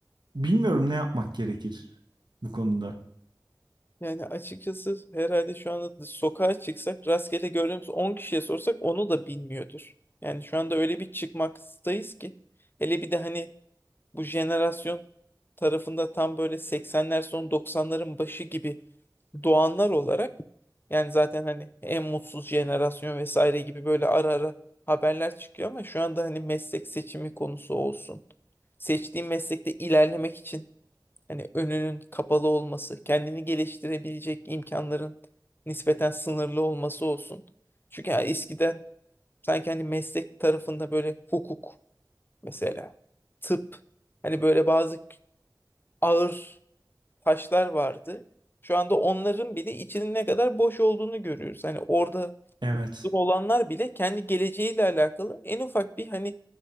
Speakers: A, on the right; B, on the left.
A: bilmiyorum ne yapmak gerekir bu konuda.
B: Yani açıkçası herhalde şu anda sokağa çıksak rastgele gördüğümüz 10 kişiye sorsak onu da bilmiyordur. Yani şu anda öyle bir çıkmaktayız ki. Hele bir de hani bu jenerasyon tarafında tam böyle 80'ler son 90'ların başı gibi doğanlar olarak yani zaten hani en mutsuz jenerasyon vesaire gibi böyle ara ara haberler çıkıyor ama şu anda hani meslek seçimi konusu olsun. Seçtiğim meslekte ilerlemek için Hani önünün kapalı olması, kendini geliştirebilecek imkanların nispeten sınırlı olması olsun. Çünkü ya eskiden sanki hani meslek tarafında böyle hukuk mesela, tıp, hani böyle bazı ağır taşlar vardı. Şu anda onların bile içinin ne kadar boş olduğunu görüyoruz. Hani orada
A: Evet.
B: olanlar bile kendi geleceğiyle alakalı en ufak bir hani